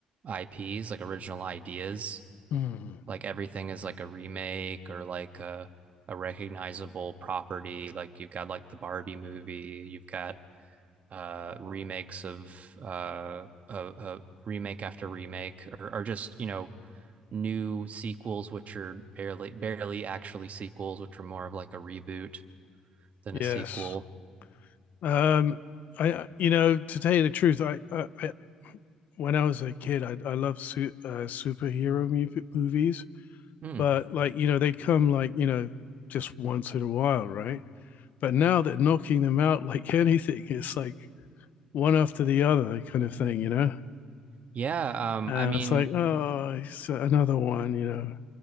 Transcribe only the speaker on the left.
Mm.
Yes.
Um, I you know to tell you the truth, I I, I when I was a kid, I I loved su- uh, superhero mu- movies,
but like you know they'd come like you know just once in a while, right? But now they're knocking them out <laughs> like anything. It's like one after the other kind of thing, you know.
And
it's like oh, it's another one, you know.